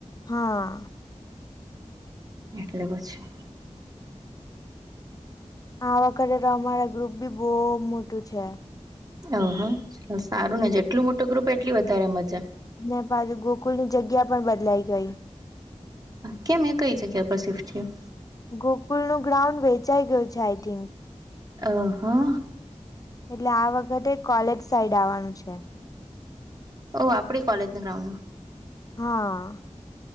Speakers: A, on the left (about 30°); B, on the right (about 30°).
A: હા.
B: એટલે પછી.
A: આ વખતે તો અમારા ગ્રુપબી બો મોટું છે.
B: ઓહો સારું ને જેટલું મોટું ગ્રુપ એટલી વધારે મજા.
A: ને પાછી ગોકુલની જગ્યા પણ બદલાઈ ગઈ.
B: કેમ એ કઈ જગ્યા પર શિફ્ટ થયું.
A: ગોકુલ નું ગ્રાઉન્ડ વેચાઈ ગયું છે આઈ થિંક.
B: અ હા.
A: એટલે આ વખતે કોલેજ સાઈડ આવવાનું છે.
B: ઓહ આપણી કોલેજના ગ્રાઉન્ડમાં
A: હા.